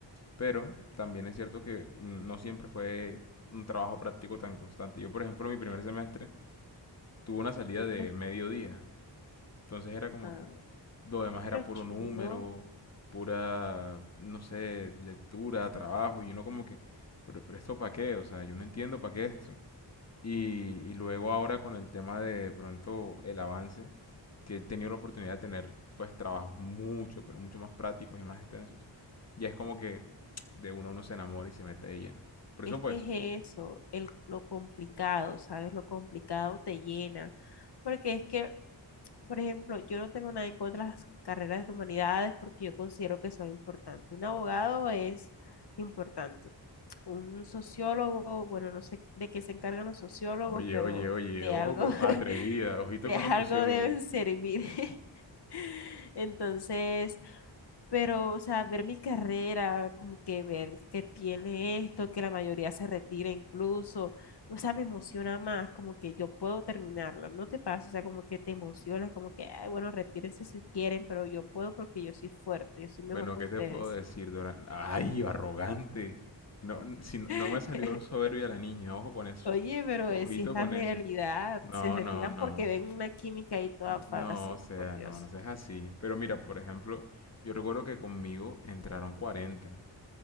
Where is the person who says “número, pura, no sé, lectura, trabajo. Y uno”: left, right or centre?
Left